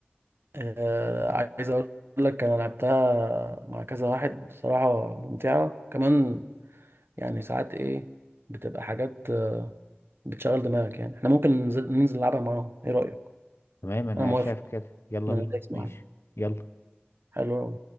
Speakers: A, on the right; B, on the left.
A: آه عايز اقول لك انا لعبتها مع كذا واحد بصراحة ممتعة كمان يعني ساعات ايه بتبقى حاجات آه، بتشغل دماغك يعني احنا ممكن ننزل ننزل نلعبها معاهم ايه رأيك
B: تمام انا
A: انا موافق
B: شايف كده يلا
A: انا
B: بينا
A: دايس
B: ماشي
A: معاك
B: يلا
A: حلو أوي.